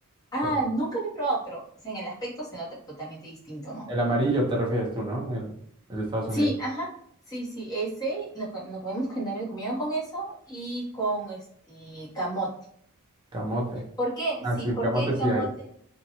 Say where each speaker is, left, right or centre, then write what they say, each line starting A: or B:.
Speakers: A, on the left; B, on the right.
A: ah,
B: El
A: nunca lo he probado, pero o sea, en el aspecto se nota totalmente distinto, ¿no?
B: el amarillo te refieres tú, ¿no? El, el de Estados
A: Sí,
B: Unidos.
A: ajá. Sí, sí, ese lo, co- lo comemos generalmente comido con eso y con este camote.
B: Camote.
A: ¿Por qué?
B: Ah,
A: Sí,
B: sí,
A: ¿por
B: camote
A: qué el
B: sí
A: camote?
B: hay.